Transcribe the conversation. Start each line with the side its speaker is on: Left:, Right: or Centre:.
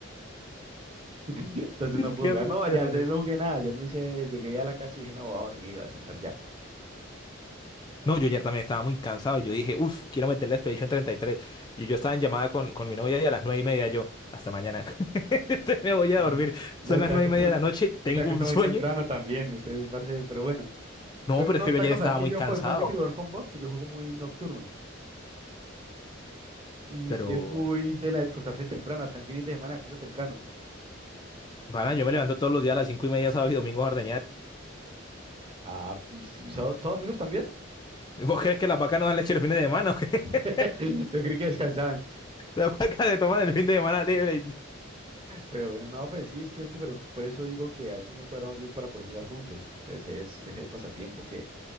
Right: <laughs> Entonces
Left: Es
Right: no puedo
Left: que
Right: jugar.
Left: me
Right: No,
Left: enfermé.
Right: ayer de- no jugué nada. Ayer no hice, llegué a la casa y dije, no, voy a dormir, voy a descansar ya.
Left: No, yo ayer también estaba muy cansado. Yo dije, uff, quiero meter la Expedition 33. Y tres. Y yo estaba en llamada con, con mi novia y a las nueve y media yo, hasta mañana. <laughs> Me voy a
Right: Ujú.
Left: dormir.
Right: No,
Left: Son
Right: usted
Left: las nueve
Right: acostó,
Left: y media de la noche, tengo
Right: usted acostó
Left: un
Right: muy
Left: sueño.
Right: temprano también, ustedes parece, pero bueno.
Left: No,
Right: Pero,
Left: pero es que
Right: otra
Left: yo ayer
Right: cosa,
Left: estaba
Right: es que
Left: muy
Right: yo,
Left: cansado.
Right: por ejemplo, yo quiero jugar con vos, pues yo juego muy nocturno. Y
Left: Pero,
Right: usted es muy de la de acostarse temprano, hasta en fines de semana acuesta temprano.
Left: para, yo me levanto todos los días a las cinco y media, sábado y domingo a ordeñar.
Right: Ah, pues, ¿y sábado- todos amigos también?
Left: ¿Vos crees que las vacas no dan leche los fines de semana o qué?
Right: <laughs>
Left: <laughs>
Right: Yo creí que descansaban.
Left: Las vacas se toman el fin de semana libre. y-
Right: Pero bueno, no, pues sí, es que obviamente, pero por eso digo que a veces no cuadramos bien para poder jugar juntos. Entonces es ese pasatiempo que,